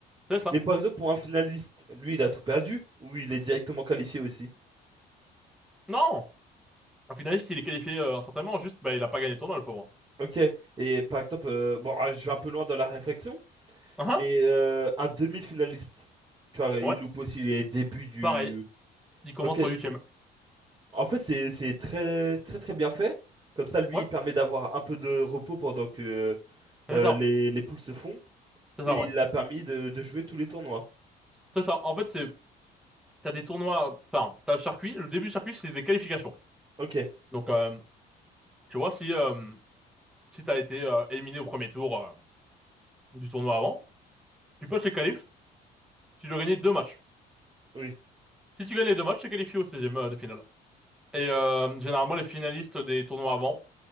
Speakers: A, in the centre; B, on the right.
A: C'est ça.
B: Mais par exemple, pour un finaliste, lui, il a tout perdu ou il est directement qualifié aussi.
A: Non! Un finaliste, il est qualifié euh, instantanément, juste, bah, il a pas gagné le tournoi, le pauvre.
B: Ok. Et par exemple, euh, bon, ah, je vais un peu loin dans la réflexion,
A: Hein?
B: mais euh, un demi-finaliste, tu vois, il
A: Ouais.
B: loupe aussi les débuts du.
A: Pareil, il commence
B: Ok.
A: en huitième.
B: En fait, c'est c'est très très très bien fait. Comme ça, lui,
A: Ouais,
B: il permet d'avoir un peu de repos pendant que
A: c'est
B: Euh,
A: ça,
B: les, les poules se font
A: c'est
B: et
A: ça, ouais.
B: il a permis de, de jouer tous les tournois.
A: C'est ça. En fait, c'est t'as des tournois, enfin, t'as le circuit. Le début du circuit, c'est des qualifications.
B: Ok,
A: Donc, euh, tu vois, si euh, si t'as été euh, éliminé au premier tour euh, du tournoi avant, tu potes les qualifs, tu dois gagner deux matchs.
B: oui,
A: Si tu gagnes les deux matchs, t'es qualifié au seizième euh, de finale. Et euh, généralement, les finalistes des tournois avant,